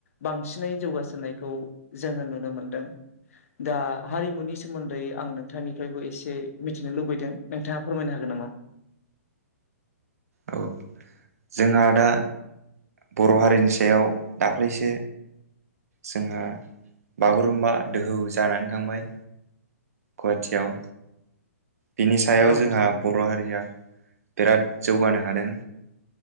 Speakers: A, on the left; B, on the right.
A: बांसिनै जौगासारनायखौ जोंङो नुनो मोनदों दा हारिमुनि सोमोन्दै आं नोंथांनिफ्रायबो एसे मिथिनो लुबैदों नोंथाङा फोरमायनो हागोन उम
B: औ जोंहा दा बर' हारिनि सायाव दाख्लैसो जोंहा बागुरुम्बा दोहौ जानानै थांबाय गुवाथियाव बिनि सायाव
A: औ नोंथां
B: जोंहा बर' हारिया बिराद जौगानो हादों